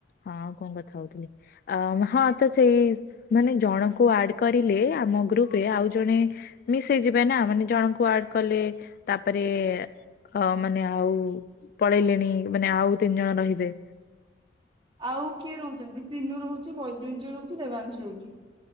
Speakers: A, on the left; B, on the right.
A: ହଁ ଆଉ କଣ କଥା ହଉଥିଲି ଆ ହଁ ତ ସେଇ। ମାନେ ଜଣକୁ ଆଡ କରିଲେ ଆମ ଗ୍ରୁପରେ ଆଉ ଜଣେ। ମିସ୍ ହେଇଯିବେ ନା ମାନେ ଜଣଙ୍କୁ ଆଡ କଲେ ତାପରେ। ଅ ମାନେ ଆଉ ପଳେଇଲେଣି ମାନେ ଆଉ ତିନି ଜଣ ରହିବେ।
B: ଆଉ କିଏ ରହୁଛନ୍ତି ସିନୁ ରହୁଛି ବୈଦଜ ରହୁଛି ଦେବାଂଶୁ ରହୁଛି।